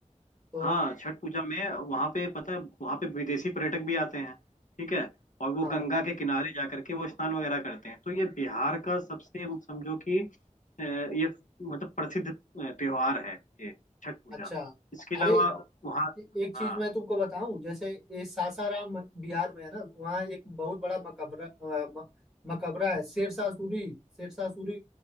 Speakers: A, in the centre; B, on the left.
A: तो
B: हाँ छठ पूजा में वहाँ पे पता है वहाँ पे विदेशी पर्यटक भी आते हैं ठीक है और वो
A: हाँ
B: गंगा के किनारे जा करके वो स्नान वगैरह करते हैं तो ये बिहार का सबसे समझो कि अ, ये मतलब प्रसिद्ध अ, त्योहार है ये छठ पूजा
A: अच्छा
B: इसके
A: अरे
B: अलावा वहाँ
A: ए- एक चीज
B: हाँ
A: मैं तुमको बताऊं जैसे ये सासाराम बिहार में है ना वहाँ एक बहुत बड़ा मकबरा अ, म- मकबरा है शेरशाह सूरी शेरशाह सूरी